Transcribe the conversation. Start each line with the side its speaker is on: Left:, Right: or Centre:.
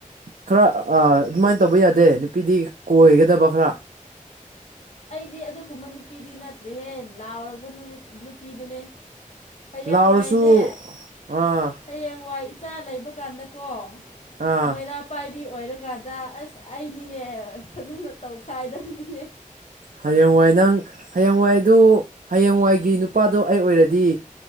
Right: ꯈꯔ ꯑꯗꯨꯃꯥꯏꯅ ꯇꯧꯕ ꯌꯥꯗꯦ ꯅꯨꯄꯤꯗꯤ ꯀꯣꯏꯒꯗꯕ ꯈꯔ
Left: ꯗꯤ ꯑꯗꯨꯒꯨꯝꯕ ꯅꯨꯄꯤꯗꯤ ꯅꯠꯇ꯭ꯔꯦꯍꯦ ꯂꯥꯎꯔꯛꯄ ꯅꯨꯃꯤꯠ ꯅꯨꯄꯤꯗꯨꯅꯦ ꯍꯌꯦꯡꯋꯥꯏꯅꯦ
Right: ꯂꯥꯎꯔꯁꯨ ꯑꯥ
Left: ꯍꯌꯦꯡ ꯋꯥꯏ ꯏꯆꯥ ꯂꯩꯕ ꯀꯥꯟꯗꯀꯣ
Right: ꯑꯥ
Left: ꯃꯩꯔꯥ ꯄꯥꯏꯕꯤ ꯑꯣꯏꯔꯀꯥꯟꯗ ꯑꯁ ꯑꯩꯅꯤꯅꯦ ꯐꯖꯅ ꯇꯧꯈꯥꯏꯗꯣꯏꯅꯤ
Right: ꯍꯌꯦꯡꯋꯥꯏ ꯅꯪ ꯍꯌꯦꯡꯋꯥꯏꯗꯨ ꯍꯌꯦꯡꯋꯥꯏ ꯒꯤ ꯅꯨꯄꯥꯗꯨ ꯑꯩ ꯑꯣꯏꯔꯗꯤ